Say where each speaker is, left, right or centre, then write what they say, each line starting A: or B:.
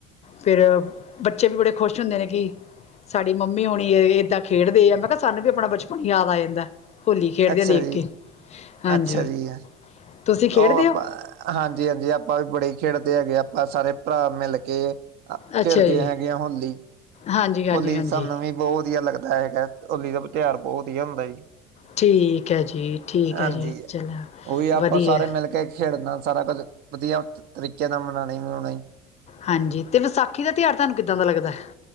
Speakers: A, on the left; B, on the right.
A: ਫਿਰ ਬੱਚੇ ਵੀ ਬੜੇ ਖੁਸ਼ ਹੁੰਦੇ ਨੇ ਕਿ ਸਾਡੀ ਮੰਮੀ ਹੁਣੀ ਏਦਾਂ ਖੇਡਦੇ ਆ ਮੈਂ ਕਿਹਾ ਸਾਨੂੰ ਵੀ ਆਪਣਾ ਬਚਪਨ ਯਾਦ ਆ ਜਾਂਦਾ ਹੈ। ਹੋਲੀ ਖੇਡਦੇ
B: ਅੱਛਾ
A: ਆ ਦੇਖ
B: ਜੀ
A: ਕੇ ਹਾਂਜੀ
B: ਅੱਛਾ ਜੀ
A: ਤੁਸੀਂ ਖੇਡਦੇ
B: ਉਹ ਆਪਾਂ
A: ਹੋ।
B: ਹਾਂਜੀ ਹਾਂਜੀ ਆਪਾਂ ਵੀ ਬੜੇ ਖੇਡਦੇ ਹੈਗੇ ਆਪਾਂ ਸਾਰੇ ਭਰਾ ਮਿਲ ਕੇ
A: ਅੱਛਾ
B: ਖੇਡਦੇ
A: ਜੀ
B: ਹੈਗੇ ਆ ਹੋਲੀ।
A: ਹਾਂਜੀ ਹਾਂਜੀ
B: ਹੋਲੀ
A: ਹਾਂਜੀ
B: ਸਾਨੂੰ ਵੀ ਬਹੁਤ ਵਧੀਆ ਲੱਗਦਾ ਹੈਗਾ ਹੋਲੀ ਦਾ ਤਿਉਹਾਰ ਬਹੁਤ ਵਧੀਆ ਹੁੰਦਾ ਜੀ।
A: ਠੀਕ ਹੈ ਜੀ ਠੀਕ
B: ਹਾਂਜੀ
A: ਹੈ ਜੀ ਚਲੋ
B: ਉਹ ਵੀ ਆਪਾਂ
A: ਵਧੀਆ।
B: ਸਾਰੇ ਮਿਲ ਕੇ ਖੇਡਣਾ ਸਾਰਾ ਕੁਝ ਵਧੀਆ ਤਰੀਕੇ ਨਾਲ ਮਨਾਉਣਾ ਮਨਾਉਣਾ।
A: ਹਾਂਜੀ ਤੇ ਵਿਸਾਖੀ ਦਾ ਤਿਉਹਾਰ ਤੁਹਾਨੂੰ ਕਿੱਦਾਂ ਦਾ ਲੱਗਦਾ ਹੈ।